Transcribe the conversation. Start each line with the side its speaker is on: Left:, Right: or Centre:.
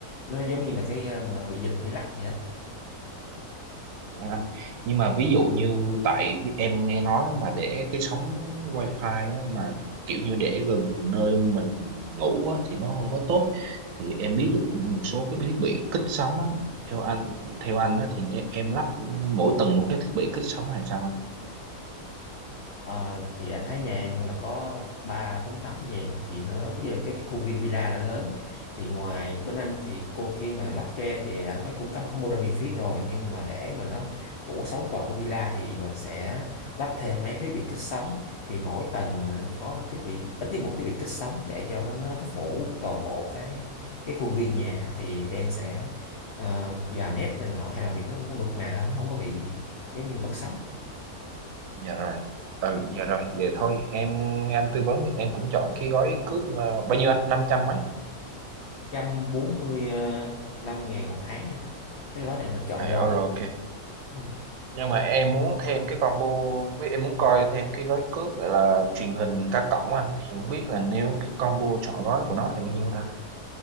Left: nó giống như là cái ờ, mà bị giật hay lắc gì hết
Right: Dạ anh. Nhưng mà ví dụ như tại vì em nghe nói mà để cái sóng wifi á, mà kiểu như để gần nơi mình ngủ á, thì nó không có tốt thì em biết được một số cái thiết bị kích sóng á, theo anh theo anh á, thì em, em lắp mỗi tầng một cái thiết bị kích sóng hay sao anh?
Left: Ờ, thì anh thấy nhà em là có ba bốn tấm như vậy đó, thì nó bây giờ cái khu viên villa đã lớn thì ngoài bên anh thì cô khi mà lắp cho em thì anh có cung cấp có modem miễn phí rồi nhưng mà để mà nó phủ sóng toàn cái villa thì mình sẽ lắp thêm mấy cái thiết bị kích sóng thì mỗi tầng mình nên có một thiết bị ít nhất một thiết bị kích sóng để cho nó nó, nó phủ toàn bộ cái cái khuôn viên nhà á. thì em sẽ ờ, vào nét này nọ hay làm việc nó, nó mượt mà hơn nó không có bị giống như là mất sóng
Right: Dạ rồi. Ừ, dạ rồi, vậy thôi em nghe anh tư vấn thì em cũng chọn cái gói cước ờ, bao nhiêu anh? 500 mấy?
Left: 545 ngàn một tháng em cái gói này là chọn
Right: À,
Left: gói
Right: rồi ok.
Left: ừ.
Right: nhưng mà em muốn thêm cái combo với em muốn coi thêm cái gói cước gọi là truyền hình cá cổng anh thì không biết là nếu cái combo chọn gói của nó thì bao nhiêu ta